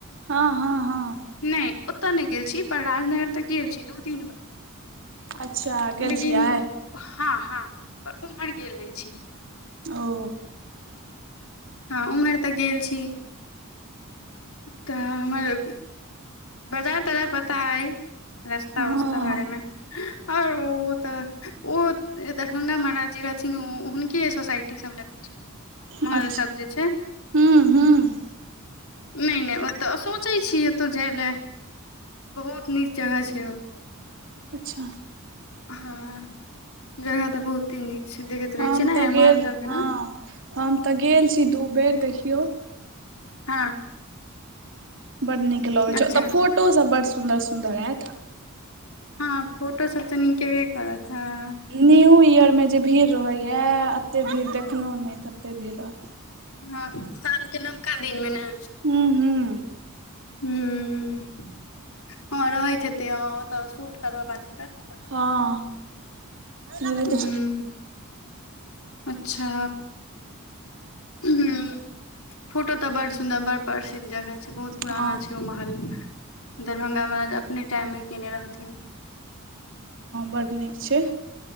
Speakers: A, on the right; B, on the left.
A: हँ हँ हँ
B: नहि ओतऽ नहि गेल छी पर राजनगर तऽ गेल छी दू तीन बार
A: अच्छा गेल
B: लेकिन
A: छियै
B: हँ हँ पर उम्हर गेल नहि छी
A: ओ
B: हँ उम्हर तऽ गेल छी तऽ हमर बाजार ताजार पता अइ रस्ता
A: हँ
B: वस्ता बारेमे
A: हँ
B: आर ओ तऽ ओ दरभंगा महाराज जे रहथिन हुनके सोसाइटी सब ल <unintelligible> महल
A: अच्छा
B: सब जे छै
A: हूँ हूँ
B: नहि नहि ओतऽ सोचै छियै ओतौ जाइ लए बहुत नीक जगह छै ओ
A: अच्छा
B: हँ जगह तऽ बहुते नीक छै देखैत
A: हम
B: रहै छियै ने
A: तऽ गेल
B: महल सब जेना
A: हँ हम तऽ गेल छी दू बेर देखियौ
B: हँ
A: बड नीक लगे छै
B: अच्छा
A: ओतऽ फोटो सब बड सुंदर सुन्दर आयत
B: हँ फोटो सऽ तऽ नीक एबे करतऽ हॅं
A: न्यू इयरमे जे भीड़ रहैया एते भीड़ देखलहुँ नहि तते भीड़ रहत
B: हँ सालके नवका दिनमे ने
A: हूॅं हूँ
B: हं हॅं रहैत हेतै ह ओतऽ शूट करबऽ बाली सबके
A: हँ इहो बेर
B: हूँ
A: तऽ
B: अच्छा हं फोटो तऽ बड़ सुन्दर बड़ पसीनगर हैत छै बहुत पुराना
A: हँ
B: छै ओ महल दरभंगा महाराज अपने टाइममे कयने रहथिन
A: बड्ड नीक छै